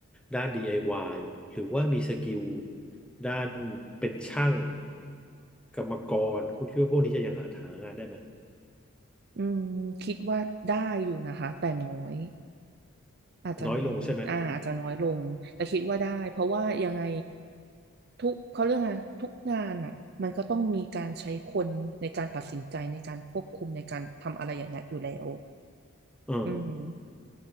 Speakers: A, in the centre; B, on the right.
A: ด้าน DIY หรือว่ามีสกิลด้านเป็นช่างกรรมกรคุณคิดว่าพวกนี้จะยังหาทางงานได้ไหม
B: อืมคิดว่าได้อยู่นะคะแต่น้อย อาจจะน้อยอ่าอาจจะน้อยลง
A: น้อยลงใช่ไหม
B: แต่คิดว่าได้ เพราะว่ายังไงทุกเขาเรื่องอะไรทุกงานอ่ะมันก็ต้องมีการใช้คนในการตัดสินใจในการควบคุมในการทำอะไรอย่างเงี้ยอยู่แล้ว
A: เออ
B: อืม